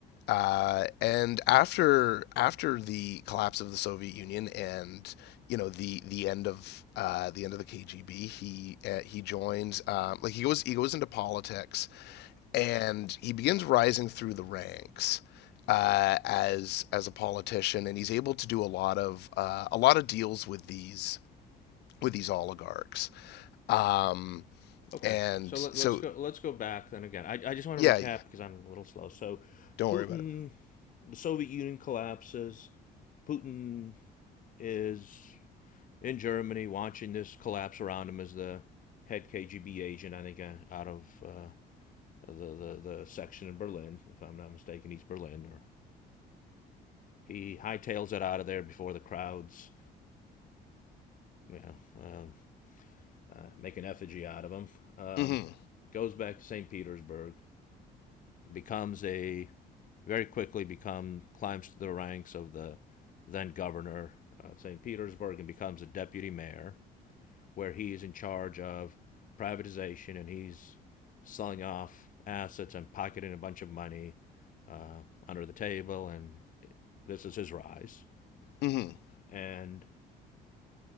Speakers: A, on the left; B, on the left.
A: Uh, and after after the collapse of the Soviet Union and you know the the end of uh, the end of the KGB, he uh, he joins um, like he goes he goes into politics, and he begins rising through the ranks uh, as as a politician, and he's able to do a lot of uh, a lot of deals with these with these oligarchs. Um,
B: Okay,
A: and
B: so
A: so
B: let, let's go let's go back then again. I, I just want
A: yeah,
B: to recap because I'm a little slow. So,
A: don't
B: Putin,
A: worry about it.
B: the Soviet Union collapses. Putin is in Germany watching this collapse around him as the head KGB agent, I think, uh, out of uh, the, the, the section in Berlin, if I'm not mistaken, East Berlin. Or He hightails it out of there before the crowds you know, um, uh, make an effigy out of him. Um,
A: mm hmm
B: goes back to St. Petersburg, becomes a very quickly become climbs to the ranks of the then governor of St. Petersburg and becomes a deputy mayor, where he is in charge of privatization and he's selling off assets and pocketing a bunch of money uh, under the table. And this is his rise.
A: mm hmm
B: And